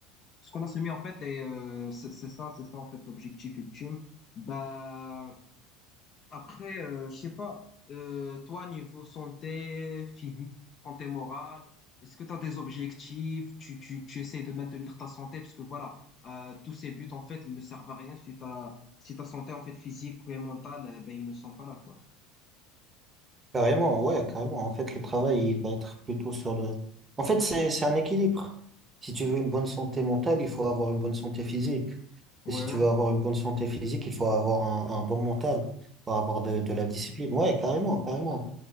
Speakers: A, on the left (about 40°); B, on the right (about 25°).
A: ce qu'on a semé en fait. Et euh, c'est c'est ça, c'est ça en fait l'objectif ultime. Bah, après, euh, je sais pas, euh, toi, niveau santé physique, santé morale, est-ce que tu as des objectifs? Tu, tu, tu essaies de maintenir ta santé? Parce que voilà, euh, tous ces buts, en fait, ils ne servent à rien si ta, si ta santé, en fait, physique ou mentale, euh, ben, ils ne sont pas là, quoi.
B: Carrément, ouais, carrément. En fait, le travail, il va être plutôt sur le... En fait, c'est, c'est un équilibre. Si tu veux une bonne santé mentale, il faut avoir une bonne santé physique.
A: Ouais,
B: Et si tu veux avoir une bonne santé physique, il faut avoir un, un bon mental, il faut avoir de, de la discipline. Ouais, carrément, carrément.